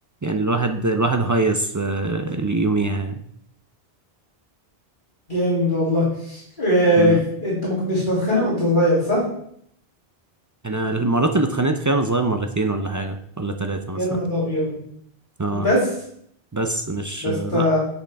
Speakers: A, on the right; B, on the left.
A: الواحد الواحد هيص آه، يوميها يعني
B: جامد والله آه.
A: أمم.
B: انت ما كنتش بتتخانق وانت صغير صح؟
A: أنا المرات اللي اتخانقت فيها وأنا صغير مرتين ولا حاجة ولا تلاتة مثلا
B: يا نهار ابيض
A: اه
B: بس
A: بس مش
B: يا
A: لأ
B: اسطى